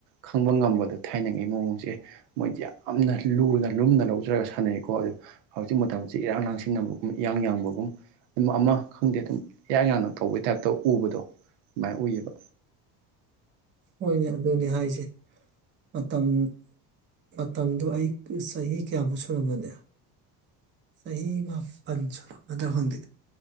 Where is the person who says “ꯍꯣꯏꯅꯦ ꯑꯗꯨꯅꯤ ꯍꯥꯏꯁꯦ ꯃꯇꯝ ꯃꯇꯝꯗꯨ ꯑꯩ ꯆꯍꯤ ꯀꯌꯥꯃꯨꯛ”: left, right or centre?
Right